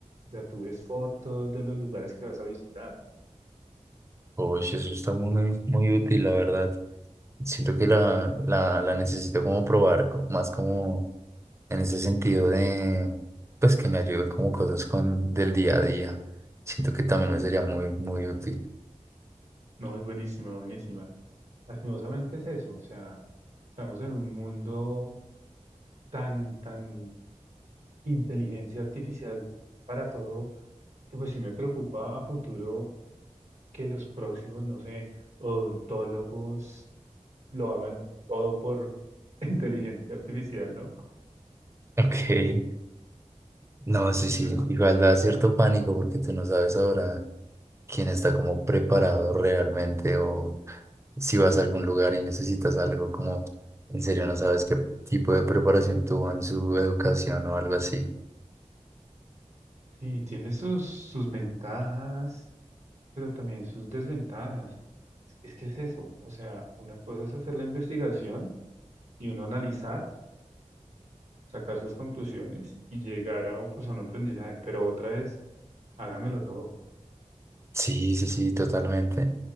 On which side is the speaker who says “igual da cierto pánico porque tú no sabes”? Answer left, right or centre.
Right